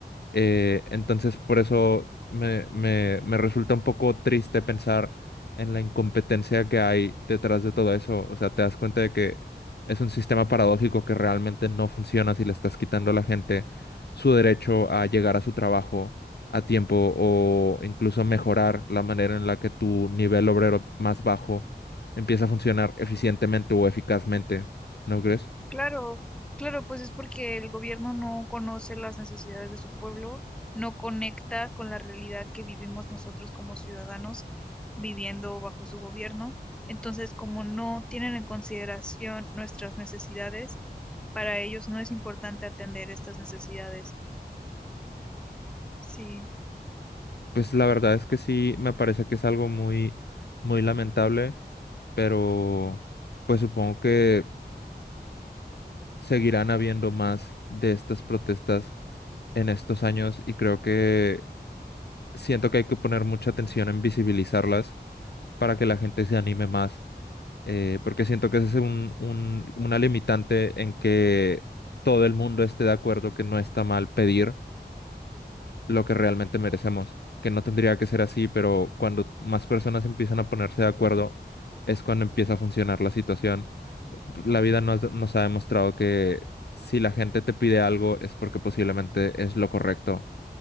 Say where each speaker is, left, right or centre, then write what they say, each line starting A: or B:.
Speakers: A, on the left (about 70°); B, in the centre.
A: Eh, entonces, por eso me, me, me resulta un poco triste pensar en la incompetencia que hay detrás de todo eso. O sea, te das cuenta de que es un sistema paradójico que realmente no funciona si le estás quitando a la gente su derecho a llegar a su trabajo a tiempo o incluso mejorar la manera en la que tu nivel obrero más bajo empieza a funcionar eficientemente o eficazmente. ¿No crees?
B: Claro, claro, pues es porque el gobierno no conoce las necesidades de su pueblo, no conecta con la realidad que vivimos nosotros como ciudadanos viviendo bajo su gobierno. Entonces, como no tienen en consideración nuestras necesidades, para ellos no es importante atender estas necesidades. Sí,
A: Pues la verdad es que sí, me parece que es algo muy, muy lamentable, pero pues supongo que seguirán habiendo más de estas protestas en estos años y creo que siento que hay que poner mucha atención en visibilizarlas para que la gente se anime más, eh, porque siento que ese es un, un- una limitante en que todo el mundo esté de acuerdo que no está mal pedir lo que realmente merecemos, que no tendría que ser así, pero cuando más personas empiezan a ponerse de acuerdo, es cuando empieza a funcionar la situación. La vida nos, nos ha demostrado que si la gente te pide algo es porque posiblemente es lo correcto.